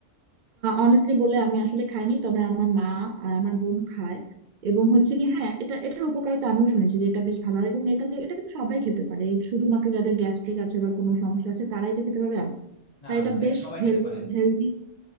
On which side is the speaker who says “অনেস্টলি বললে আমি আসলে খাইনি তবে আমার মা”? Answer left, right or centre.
Right